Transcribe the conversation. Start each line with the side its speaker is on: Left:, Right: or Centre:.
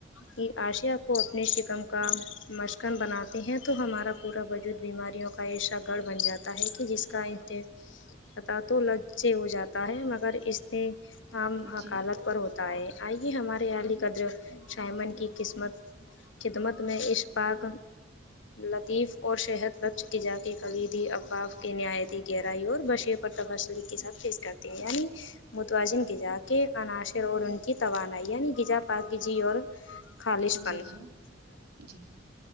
Left: کی آشیا کو اپنی ش ہم کام مشکن بناتے ہیں تو ہمارا پورا وجود بیماریوں کا ایشا گڑھ بن جاتا ہے کہ جس کاتے پاتا تو لج سے ہو جاتا ہے مگر اس نے عام حکالت
Right: جی
Left: پر ہوتا ہے آئیے ہمارے عالی قدر شائمن کی قسمت خدمت میں اشق پاک لطیف اور شہد بخش کے جا کے کلییدی اباف کے نہایتتی گہرائی اور بشییر اور تبسلی کے ساتھ پیش کرتے ہیں یعنی متوازن کے جات کے عناصر اور ان کی توانائی یعنی گجا پکیزی اور خالش
Right: جی
Left: فن
Right: جی جی